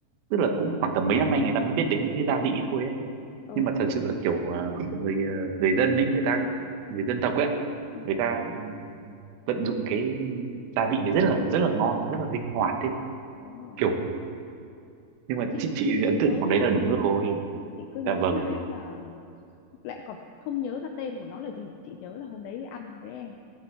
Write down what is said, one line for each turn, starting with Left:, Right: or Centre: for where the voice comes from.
Right: tức là cũng khoảng tầm mấy năm nay người ta mới biết đến những cái gia vị thôi ấy.
Left: ừ
Right: nhưng mà thật
Left: đấy
Right: sự là kiểu ờ, người ờ, người dân ấy người ta người dân tộc ấy
Left: Ừ,
Right: người ta vận dụng cái gia vị đấy rất là rất là ngon nó rất là linh hoạt ấy
Left: đúng rồi
Right: kiểu nhưng mà
Left: chị
Right: chị chị
Left: chị cứ
Right: ấn tượng
Left: nhớ
Right: món
Left: mãi
Right: đấy là đúng rồi
Left: chị cứ nhớ
Right: dạ vâng
Left: mãi mà lại còn không nhớ ra tên của nó là gì chị nhớ là hôm đấy ăn với em